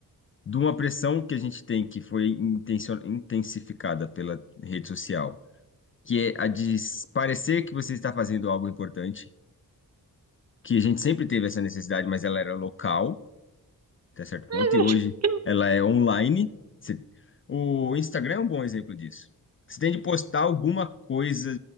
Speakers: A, on the left (about 35°); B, on the right (about 45°).
A: de uma pressão que a gente tem, que foi intencio- intensificada pela rede social, que é a de parecer que você está fazendo algo importante, que a gente sempre teve essa necessidade, mas ela era local. até certo ponto,
B: Mas eu
A: e hoje
B: acho que.
A: ela é online. Você- O Instagram é um bom exemplo disso. Você tem de postar alguma coisa,